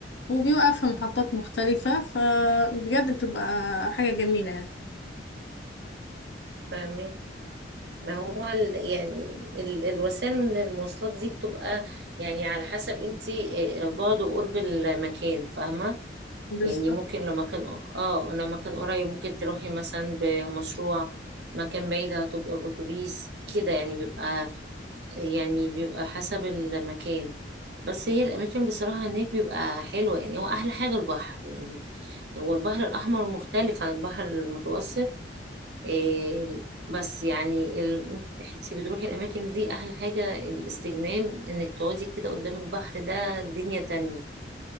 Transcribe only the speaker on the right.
فاهمك ما هو ال- يعني ال- الوسائل للمواصلات دي بتبقى يعني على حسب انت بعد وقرب المكان فاهمة
يعني ممكن لو مكان اه لو مكان قريب ممكن تروحي مثلا بمشروع مكان بعيد هتبقى بأتوبيس كده يعني بيبقى يعني بيبقى حسب المكان بس هي الأماكن بصراحة هناك بيبقى حلوة يعني هو أحلى حاجة البحر يعني هو البحر الأحمر مختلف عن البحر المتوسط إيه بس يعني ال... انت بتروحي الاماكن دي احلى حاجه الاستجمام انك تقعدي كده قدام البحر ده دنيا تانية